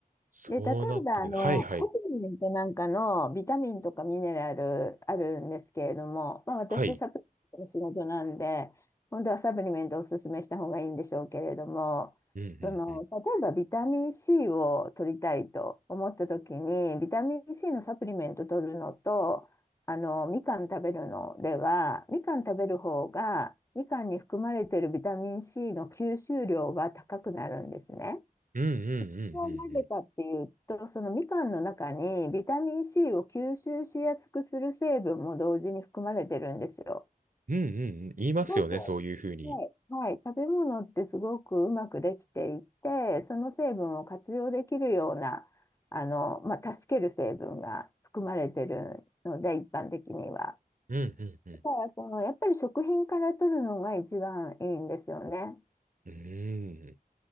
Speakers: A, on the right; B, on the left.
A: そうなってくる。
B: で、例えば、あの、
A: はいはい。
B: サプリメントなんかのビタミンとかミネラルあるんですけれども、まあ、私、
A: はい。
B: サプリメントの仕事なんで、本当はサプリメントをおすすめした方がいいんでしょうけれども、
A: うんうんうん。
B: その、例えばビタミン C を取りたいと思った時に、ビタミン C のサプリメント取るのと、あの、みかん食べるのでは、みかん食べる方が、みかんに含まれているビタミン C の吸収量が高くなるんですね。
A: うんうんうんうん
B: はなぜかっていうと、
A: うん。
B: そのみかんの中にビタミン C を吸収しやすくする成分も同時に含まれてるんですよ。
A: うんうんうん。言いますよね、
B: すごく、は
A: そういうふうに。
B: い、はい、食べ物ってすごくうまくできていて、その成分を活用できるような、あの、まあ、助ける成分が含まれてるので、一般的には。
A: うんうんうん。
B: だからその、やっぱり食品から取るのが一番いいんですよね。
A: うーん。